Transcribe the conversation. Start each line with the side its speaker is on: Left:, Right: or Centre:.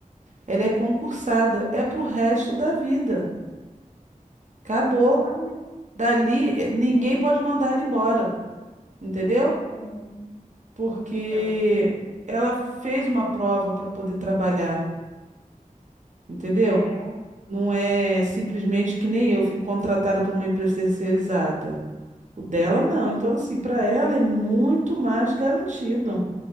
Right: ela é concursada, é pro resto da vida. Acabou.
Left: Olha,
Right: Dali,
Left: que
Right: eh, ninguém
Left: bom.
Right: pode mandar ela embora, entendeu?
Left: Sim.
Right: Porque
Left: Então,
Right: ela fez uma prova para poder trabalhar, entendeu?
Left: é,
Right: Não é simplesmente que nem eu fui contratada por uma empresa terceirizada. O dela não. Então, assim, para ela é muito mais garantido,